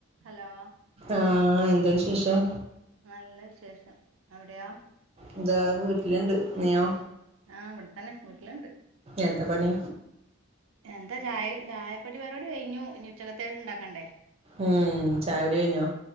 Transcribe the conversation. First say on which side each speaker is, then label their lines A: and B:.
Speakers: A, on the right; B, on the right.
A: ഹലോ
B: ആഹ് എന്താ വിശേഷം
A: നല്ല വിശേഷം അവിടെയാ
B: എന്താ വീട്ടിലുണ്ട് നീയോ
A: ആഹ് ഇവിടത്തന്നെ വീട്ടിലുണ്ട്
B: എന്താ പണി
A: എന്താ ചായ ചായ പരിപാടി കഴിഞ്ഞു ഇനി ഉച്ചകത്തേക്ക് ഉണ്ടാക്കണ്ടേ
B: ഉം ചായകുടി കഴിഞ്ഞോ